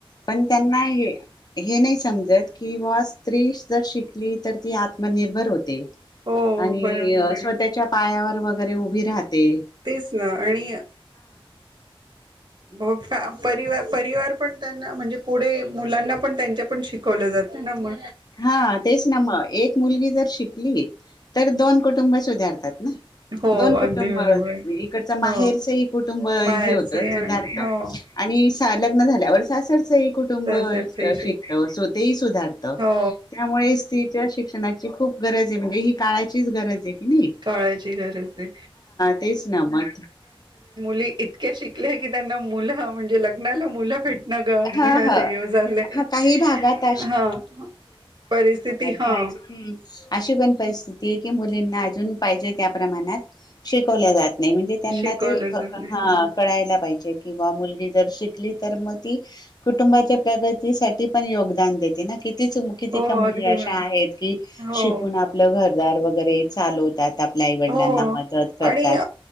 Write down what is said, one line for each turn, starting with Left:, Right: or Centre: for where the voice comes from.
Left: पण त्यांना हेऽऽ हे नाही समजत की व स्त्री जर शिकली तर ती आत्मनिर्भर होते.
Right: हो
Left: आणि
Right: बरोबर
Left: अऽ
Right: आहे.
Left: स्वतःच्या पायावर वगैरे उभी राहते.
Right: च, ना आणि होय का,,, परि परिवार पण त्यांना म्हणजे पुढेऽऽ मुलांना पण त्यांच्या पण शिकवलं जाते ना मग.
Left: हा तेच ना मग एक मुलगी जर शिकली तर दोन कुटुंब सुधारतात.. ह
Right: हो
Left: दोन
Right: अगदी
Left: कुटुंब
Right: बरोबर
Left: इकडचं
Right: हो
Left: माहेरचं ह कुटुंब हे
Right: बाहेरचे
Left: होतं
Right: आणि
Left: सुधारत.
Right: हो
Left: आणि लग्न झाल्यावर सासरचं ह कुटुंब
Right: सहसरचे शिक
Left: शिकत तेही सुधारत.
Right: हो
Left: त्यामुळे स्त्रीच्या शिक्षणाची खूप गरज आहे म्हणजे ही. काळाचीच गरज आहे की नाही
Right: काळाची गरज आहे
Left: तेच ना मग.
Right: ते इतके शिकले की लग्नाला मुलं म्हणजे लग्नाला मुलं. भेटना
Left: हा हा
Right: हे झाला आहे
Left: हा काही भागात
Right: परिस्थिती. हा
Left: हम <inaudible> अशी पण परिस्थिती आहे की मुलींना अजून पाहिजे त्या प्रमाणात शिकवल्या जात. नाही म्हणजे त्यांना
Right: शिकवलं
Left: ते ह
Right: जात नाही
Left: कळायला पाहिजे किंवा मुलगी जर शिकली तर मग, कुटुंबाच्या प्रगतीसाठी पण योगदान देते. कितीच किती
Right: हो
Left: का मुली
Right: अगदी
Left: अशा
Right: बरो
Left: आहेत की
Right: हो
Left: शिकून आपलं घर. घर दार वगैरे चालवतात. आपल्या आईवडिलांना
Right: हो!
Left: मदत करतात
Right: आणि